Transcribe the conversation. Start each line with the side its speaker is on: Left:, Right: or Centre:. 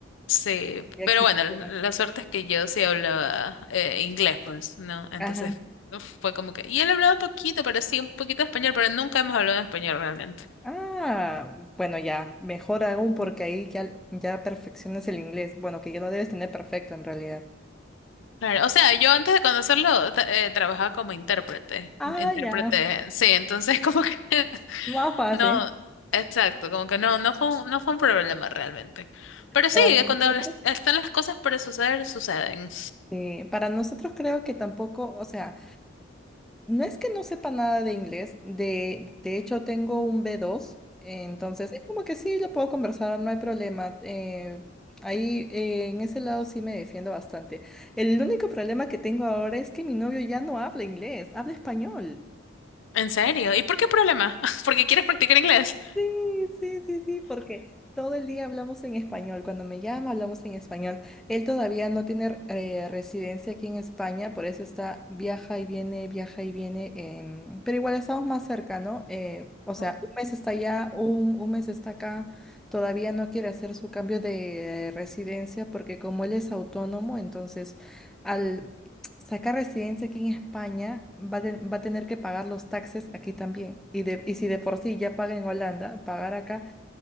Left: Sí,
Centre: Ya
Left: pero
Centre: quisiera.
Left: bueno, l- la suerte es que yo sí hablaba eh, inglés, pues, ¿no? Entonces
Centre: Ajá.
Left: no fue como que... Y él hablaba un poquito, pero sí, un poquito de español, pero nunca hemos hablado en español realmente.
Centre: Ah, bueno, ya, mejor aún porque ahí ya, ya perfeccionas el inglés. Bueno, que ya lo debes tener perfecto en realidad.
Left: Claro, o sea, yo antes de conocerlo ta- eh, trabajaba como intérprete,
Centre: Ah,
Left: intérprete,
Centre: ya,
Left: sí, entonces como que <laughs>
Centre: más fácil.
Left: no, exacto, como que no, no fue un, no fue un problema realmente. Pero sí,
Centre: Para nosotros.
Left: cuando las- están las cosas para suceder, suceden.
Centre: Sí, para nosotros creo que tampoco, o sea, no es que no sepa nada de inglés, de, de hecho tengo un b dos, entonces es como que sí, lo puedo conversar, no hay problema. eh, ahí eh, en ese lado sí me defiendo bastante. El único problema que tengo ahora es que mi novio ya no habla inglés, habla español.
Left: ¿En serio? ¿Y por qué problema? <laughs> ¿Porque quieres practicar inglés?
Centre: Sí, sí, sí, sí, porque todo el día hablamos en español. Cuando me llama, hablamos en español. Él todavía no tiene eh, residencia aquí en España, por eso está, viaja y viene, viaja y viene. em, pero igual estamos más cerca, ¿no? Eh, o sea,
Left: No.
Centre: un mes está allá, un, un mes está acá. Todavía no quiere hacer su cambio de eh, residencia porque como él es autónomo, entonces al sacar residencia aquí en España, va, a ten- va a tener que pagar los taxes aquí también. Y, de, y si de por sí ya paga en Holanda, pagar acá